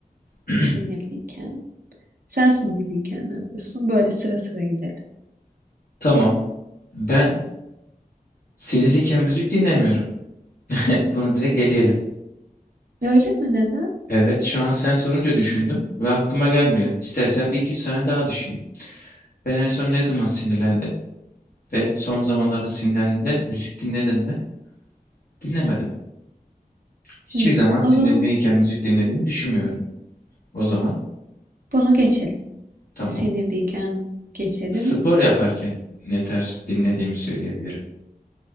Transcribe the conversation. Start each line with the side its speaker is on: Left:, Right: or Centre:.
Left: <clears throat>
Right: sinirliyken. Sen sinirliyken ne yapıyorsun? Böyle sıra sıra gidelim.
Left: Tamam. Ben sinirliyken müzik dinlemiyorum. <laughs> Bunu direkt eleyelim.
Right: Öyle mi? Neden?
Left: Evet, şu an sen sorunca düşündüm ve aklıma gelmiyor. İstersen bir iki üç saniye daha düşüneyim. Ben en son ne zaman sinirlendim ve son zamanlarda sinirlendiğimde müzik dinledim mi? Dinlemedim. Hiçbir
Right: Hı,
Left: zaman sinirliyken
Right: o zaman
Left: müzik dinlediğimi düşünmüyorum. O zaman
Right: bunu geçelim.
Left: tamam.
Right: Sinirliyken geçelim.
Left: Spor yaparken ne tarz dinlediğimi söyleyebilirim.